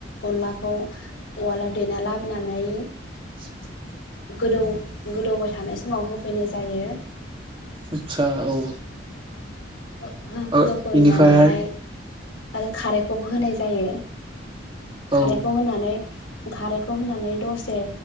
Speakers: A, on the left (about 90°); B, on the right (about 25°).
A: अनलाखौ उवालाव देना लाबोनानै
B: <inaudible>
A: गोदौ गोदौबाय थानाय समाव होफैनाय जायो
B: आतसा औ
A: हो हो
B: ओ
A: होफैनानैहाय
B: इनिफ्राय
A: आरो खारैखौबो होनाय जायो
B: औ
A: खारैखौ होनानै खारैखौ होनानै दसे